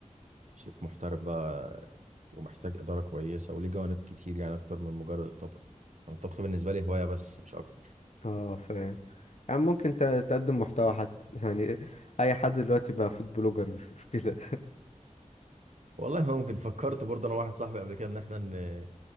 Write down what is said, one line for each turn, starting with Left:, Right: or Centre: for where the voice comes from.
Right: شيف محترف بقى ومحتاج إدارة كويسة وليه جوانب كتير يعني أكتر من مجرد الطبخ يعني الطبخ بالنسبة لي هواية بس مش أكتر
Left: اه ف يعني ممكن ت- تقدم محتوى حتى <laughs> يعني اي حد دلوقتي بقى فود بلوجر مش مشكلة
Right: والله ممكن فكرت برضه أنا واحد صاحبي قبل كده إن إحنا ن...